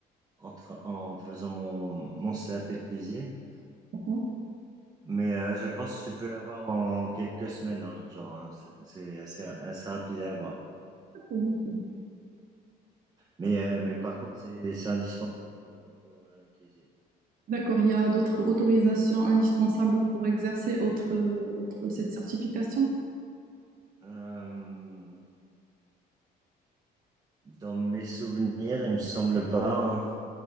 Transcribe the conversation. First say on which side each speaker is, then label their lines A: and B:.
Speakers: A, on the right (about 20°); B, on the right (about 55°).
A: en, tra- en faisant mon, mon CAP de cuisine.
B: par contre
A: Mais euh, je pense que tu peux l'avoir en quelques semaines, hein, genre, hein. c'est c'est assez, assez rapide à avoir.
B: ou-
A: Mais, euh, mais par contre, c'est c'est indispensable pour, pour avoir une cuisine.
B: D'accord. Il y a d'autres autorisations indispensables pour exercer autre, euh, autre- cette certification?
A: Euh, dans mes souvenirs, il me semble pas.